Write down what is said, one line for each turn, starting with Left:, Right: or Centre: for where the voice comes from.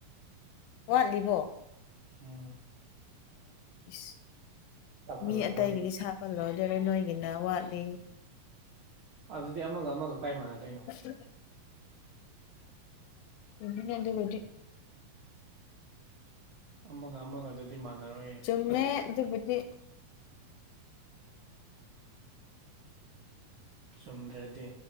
Left: ꯋꯥꯠꯂꯤꯕꯣ
Right: ꯎꯝ
Left: ꯏꯁ
Right: ꯆꯥꯎꯈꯠꯂꯛꯄꯒꯤ
Left: ꯃꯤ ꯑꯇꯩꯒꯤꯗꯤ ꯁꯥꯄꯂꯣꯏꯗꯣꯏꯔꯦ ꯅꯣꯏꯒꯤꯅ ꯋꯥꯠꯂꯤ
Right: ꯑꯗꯨꯗꯤ ꯑꯃꯒ ꯑꯃꯒ ꯀꯥꯏ ꯃꯥꯟꯅꯗꯣꯏꯅꯣ
Left: <unintelligible> ꯑꯗꯨꯒꯗꯤ
Right: ꯑꯃꯒ ꯑꯃꯒ ꯑꯗꯨꯗꯤ ꯃꯥꯟꯅꯔꯣꯏꯌꯦ
Left: ꯆꯨꯃꯃꯦ ꯑꯗꯨꯕꯨꯗꯤ
Right: ꯆꯨꯝꯗ꯭ꯔꯗꯤ